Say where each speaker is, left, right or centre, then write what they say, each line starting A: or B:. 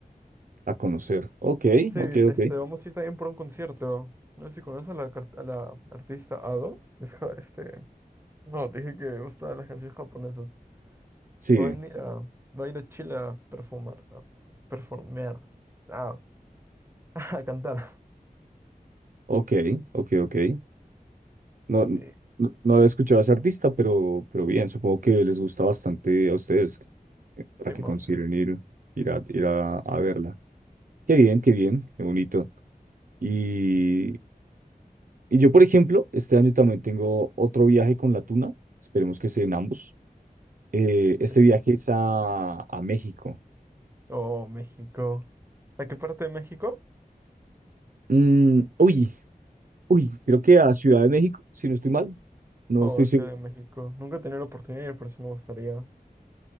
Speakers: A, on the right; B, on the right.
A: A conocer. Ok,
B: Sí,
A: ok,
B: este,
A: ok.
B: vamos a ir también por un concierto. No sé si conoces a la, car- a la artista Ado. <laughs> Es ja- este, no, dije que me gustan las canciones japonesas.
A: Sí,
B: Va a venir a, va a ir a Chile a perfumar, a performear, a, <laughs> a cantar.
A: ok, ok, ok. No, n-
B: Y,
A: no, no había escuchado a ese artista, pero, pero bien, supongo que les gusta bastante a ustedes eh, para
B: Simón,
A: que consideren
B: Simón.
A: ir, ir a, ir a, a verla. Qué bien, qué bien, qué bonito. Y, y yo, por ejemplo, este año también tengo otro viaje con la Tuna. Esperemos que sean ambos. Eh, este
B: Sí.
A: viaje es a, a México.
B: Oh, México. ¿A qué parte de México?
A: Mm, uy, uy, creo que a Ciudad de México, si no estoy mal. No
B: Oh,
A: estoy seguro.
B: Ciudad de México. Nunca he tenido la oportunidad, pero sí me gustaría.